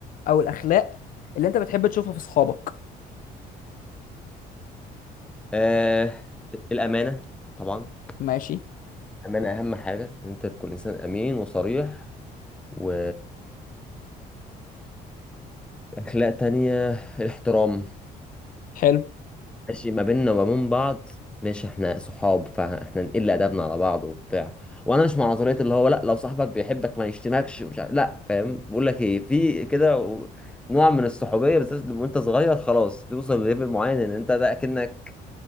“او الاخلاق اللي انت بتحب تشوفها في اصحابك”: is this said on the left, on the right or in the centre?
Left